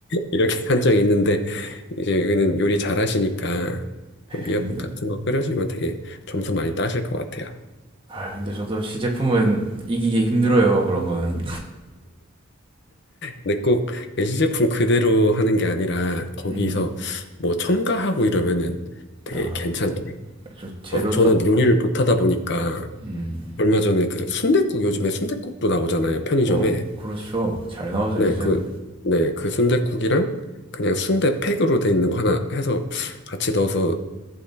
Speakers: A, on the left; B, on the right.
A: 이렇게 한 적이 있는데 이제 여기는 요리 잘하시니까 그 미역국
B: 근데,
A: 같은 거 끓여주면 되게 점수 많이 따실 것 같아요.
B: 아, 근데 저도 시제품은 이기기 힘들어요. 그런 거는
A: 근데 꼭 예시제품 그대로 하는 게 아니라 거기서
B: 음,
A: 뭐 첨가하고 이러면은 되게
B: 아,
A: 괜찮더라고요.
B: 저 재료
A: 어, 저는
B: 쪽,
A: 요리를 못하다 보니까
B: 음,
A: 얼마 전에 그 순댓국 요즘에 순댓국도 나오잖아요 편의점에
B: 어, 그렇죠. 잘 나오죠
A: 네
B: 요즘.
A: 그 네 그 순댓국이랑 그냥 순대팩으로 돼 있는 거 하나 해서 같이 넣어서